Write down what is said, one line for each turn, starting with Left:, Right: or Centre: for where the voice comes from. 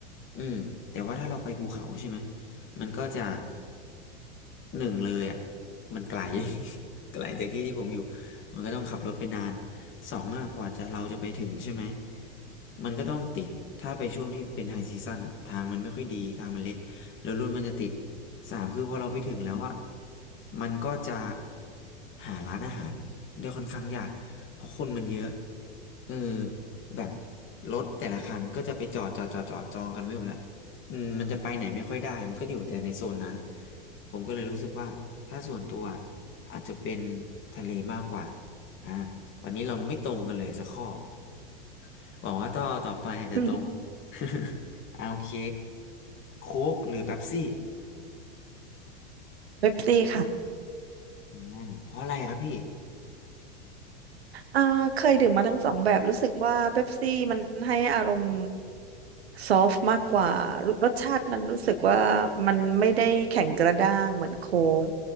Left: อืมแต่ว่าถ้าเราไปภูเขาใช่ไหมมันก็จะหนึ่งเลยอ่ะมันไกล <laughs> ไกลจากที่ที่ผมอยู่ มันก็ต้องขับรถไปนานสองอะกว่าจะเราจะไปถึงใช่ไหมมันก็ต้องติดถ้าไปช่วงที่เป็นไฮซีซั่นอ่ะทางมันไม่ค่อยดีทางมันเล็กแล้วรถมันจะติดสามคือพอเราไปถึงแล้วอะมันก็จะหาร้านอาหารได้ค่อนข้างยากเพราะคนมันเยอะเออแบบรถแต่ละคันก็จะไปจอดจอดจอดจอดจองกันไว้หมดละอืมมันจะไปไหนไม่ค่อยได้มันก็อยู่แต่ในโซนนั้นผมก็เลยรู้สึกว่าถ้าส่วนตัวอาจจะเป็นทะเลมากกว่า อ่าตอนนี้เราไม่ตรงกันเลยสักข้อ <laughs> หวังว่าต่อต่อไปอาจจะตรง
Right: <coughs> อืม
Left: <laughs> อ่าโอเคโค้กหรือเป๊ปซี่
Right: เว็บซี่ค่ะ
Left: อ่าเพราะอะไรครับพี่
Right: อ่าเคยดื่มมาทั้งสองแบบรู้สึกว่าเป๊ปซี่มันให้อารมณ์ซอฟต์มากกว่ารรสชาติมันรู้สึกว่ามันไม่ได้แข็งกระด้างเหมือนโค้ก